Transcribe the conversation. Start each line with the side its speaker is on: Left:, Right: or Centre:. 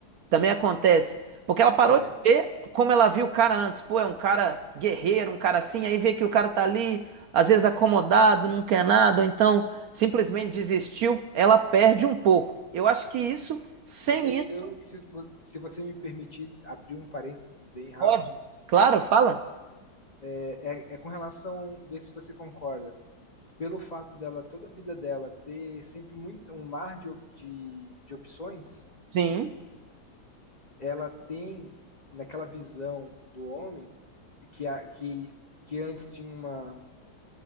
Right: Também acontece. Porque ela parou
Left: É,
Right: de ver como ela viu o cara antes. Pô, é um cara guerreiro, um cara assim. Aí vê que o cara tá ali, às vezes acomodado, não quer nada, ou então simplesmente desistiu. Ela perde um pouco. Eu acho que isso, sem
Left: eu, eu,
Right: isso,
Left: eu se, vo- se você me permitir abrir um parênteses bem rápido,
Right: pode. Claro, fala?
Left: é, é é com relação, ver se você concorda, pelo fato dela, toda a vida dela, ter sempre muito um mar de, op- de, de opções,
Right: Sim.
Left: ela tem, naquela visão do homem, que, a, que, que antes tinha uma.